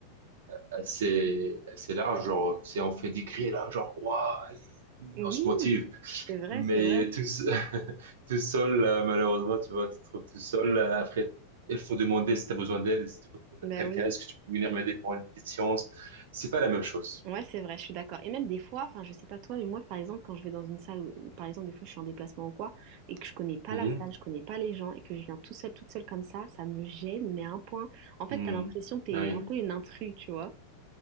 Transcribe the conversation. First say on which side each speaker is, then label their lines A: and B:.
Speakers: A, on the right (about 80°); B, on the right (about 35°).
A: assez assez larges, genre tu sais, on fait des cris là, genre waouh, allez, allez,
B: Oui,
A: on se motive.
B: c'est vrai,
A: Mais
B: c'est vrai.
A: tout se- <laughs> tout seul, euh, malheureusement, tu vois, tu te trouves tout seul. euh, après, il faut demander si tu as besoin d'aide, si tu peux demander
B: Ben
A: à quelqu'un,
B: oui.
A: est-ce que tu peux venir m'aider pour une petite séance? C'est pas la même chose.
B: Ouais, c'est vrai, je suis d'accord. Et même des fois, enfin, je sais pas toi, mais moi, par exemple, quand je vais dans une salle, où- où, par exemple, des fois, je suis en déplacement ou quoi, et que je connais pas
A: Mhm.
B: la salle, je connais pas les gens, et que je viens tout seul, toute seule comme ça, ça me gêne, mais à un point. En fait,
A: Mhm.
B: t'as l'impression que t'es
A: Ah Oui,
B: un peu une intrus, tu vois.